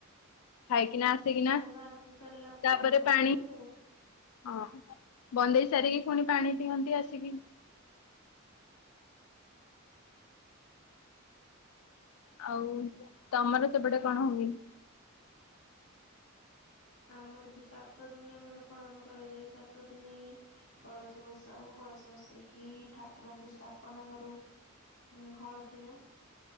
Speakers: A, on the left; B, on the left.
A: ଖାଇକିନା ଆସିକିନା
B: ଚାନ୍ଦା ଆସି ସାରିଲା ପରେ
A: ତାପରେ
B: କରନ୍ତି
A: ପାଣି
B: ଆଉ।
A: ହଁ ବନ୍ଦେଇ ସାରିକି ପୁଣି ପାଣି ପିଅନ୍ତି ଆସିକି
B: <inaudible>
A: ଆଉ ତମର ସେପଟେ କଣ ହୁଏ?
B: ଆମର ବି ସାତ ଦିନ ଆମର ପାଳନ କରାଯାଏ ସାତ ଦିନ କଳସ ବସାଉ କଳସ ବସେଇକି ଠାକୁରଙ୍କୁ ସ୍ଥାପନା କରୁ ହଁ ହଳଦିରେ